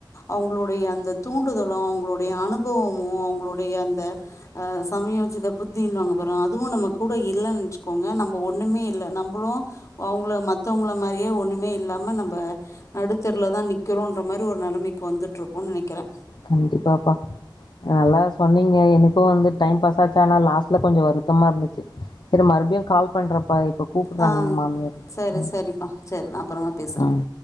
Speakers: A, on the left; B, on the left.
A: அவங்ளோடைய அந்த தூண்டுதலு அவங்ளோடைய அனுபவமு அவங்ளோடைய அந்த அஹ் சமயோஜித புத்தினுபாங்க பாரு அதுவு நம்ம கூட இல்லேனு வச்சுக்கோங்க நம்ப ஒண்ணுமே இல்ல நம்பளு அவுங்ள மத்தவுங்ள மாரியே ஒன்னுமே இல்லாம நம்ப நடுத்தெருவுல தா நிக்கிறோன்ற மாரி ஒரு நிலமைக் கு வந்துட்ருப்போம்னு நினக்கிறே
B: கண்டிப்பாப்பா நல்லா சொன்னீங்க எனக்கு வந்து டைம் பாஸ் ஆச்சா ஆனா லாஸ்ட்ல கொஞ்ச வருத்தமா இருந்துச்சு சேரி மறுபடியு கால் பண்றப்பா இப்ப கூப்பிடுறாங்க
A: ஆஹ்
B: எங்க மாமியார்.
A: சேரி
B: ம்,
A: சேரிப்பா சேரி நா அப்புறமா பேசுறே
B: ம்.